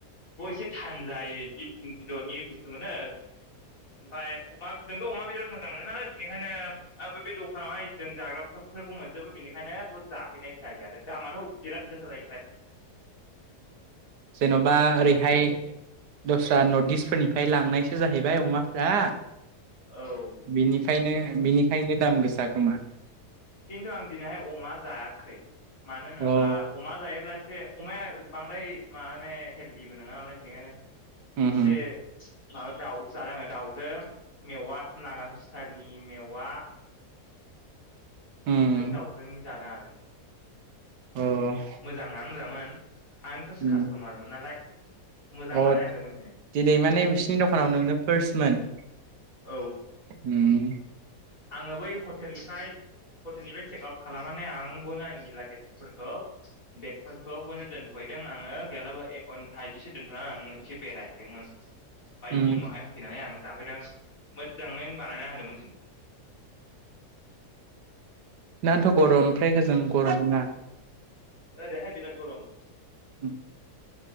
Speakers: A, on the left; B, on the right.
A: बे एसे थाङो जाय <unintelligible> मोनो ओमफ्राय अमा जोंथ' अमा बिराद मोजां मोनो नालाय बिनिखायनो बे दखानावहाय जों जाग्राफोरखौ मोनजोबो बेनिखायनो बाव जाहैनाय जायो आरो दामाथ' बिराद गोसा जायो ओमफ्राय
B: जेन'बा
A: ओमफ्राय
B: ओरैहाय दस्रा नर्थ इस्टफोरनिफ्राय लांनायसो जाहैबाय अमाफ्रा
A: औ
B: बिनिफायनो बिनिखायनो दाम गोसा खोमा
A: किन्थु हाय दिनै आं अमा जायाखै। मानो होनोब्ला
B: अ
A: अमा जायोब्ला एसे अमाया बांद्राय माने हेलदिबो नङा नालाय बेनिखायनो
B: उम
A: इसे
B: उम
A: माबा दाउ जादों आङो दाउजों मेवा नागा स्टाइलनि मेवा
B: उम
A: जों दाउजोंनि जादों आरो
B: अ
A: <inaudible> मोजाङानो मोजांमोन। आंनो फार्स्ट
B: उम
A: कासट'मारमोन नालाय मोजां
B: अ
A: बानायना होदोंमोन
B: दिनै माने बिसिनि दखानाव नोंनो पार्समोन
A: औ
B: उम
A: आङो बै हटेलनिफ्राय हटेलनिफ्राय चेक आउट खालामनानै आंबोनो आंनि लागेजफोरखौ बेगफोरखौबोनो दोनथ'हैदों आङो गैयालाबो एक घन्टा इदिसो दोन्थ'नानै आङो एसे बेरायहैदोंमोन। ओमफ्राय बेनि
B: उम
A: उनावहाय फैनानै आं जाफैदों मोजाङैनो बानायना होदोंमोन दिनै
B: दाथ' गरम ओमफ्राय होजों गरम नङा
A: ओरैहाय बिराद गरम
B: उम